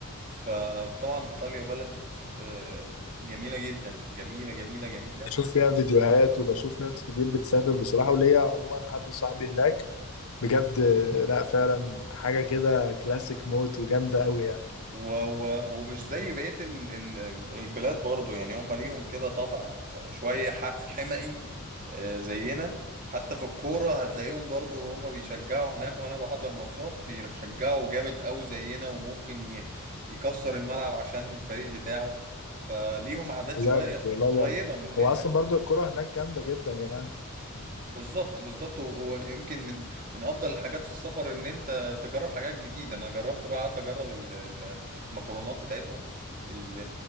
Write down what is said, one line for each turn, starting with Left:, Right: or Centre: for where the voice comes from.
Right: فطبعا ايطاليا بلد آه، جميله جدا جميله جميله جميله
Left: بشوف فيها فيديوهات وبشوف ناس كتير بتسافر بصراحة وليا عموما حد صاحبي هناك بجد لا فعلا حاجة كده كلاسيك موت وجامدة قوي يعني
Right: و... و... ومش زي بقية ال... ال... البلاد برضو يعني هم ليهم كده طبع آه، شوية ح- حمقي آه، زينا حتى في الكورة هتلاقيهم برضو هم بيشجعوا هناك وأنا بحضر ماتشات بيشجعوا جامد أوي زينا وممكن ي... يكسر الملعب عشان الفريق بتاعه فليهم عادات
Left: بجد
Right: شوية
Left: والله
Right: قريبة
Left: يعني
Right: مننا
Left: هو اصلا برضو الكرة هناك جامدة جدا يعني
Right: بالظبط بالظبط و- ويمكن من من افضل الحاجات في السفر ان انت تجرب حاجات جديده انا جربت بقى قعدت اجرب ال- ال- المكرونات بتاعتهم ال-